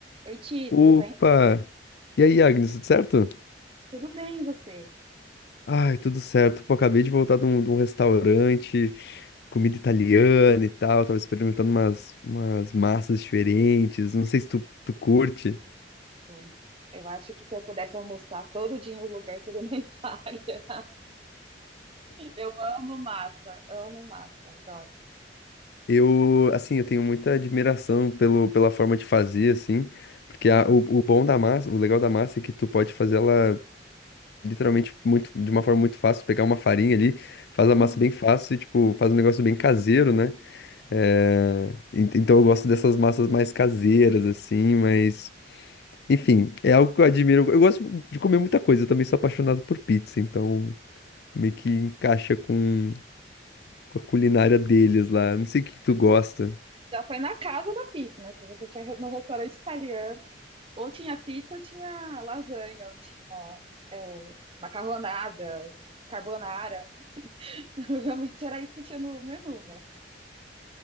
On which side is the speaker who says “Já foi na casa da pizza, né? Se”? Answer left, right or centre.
Right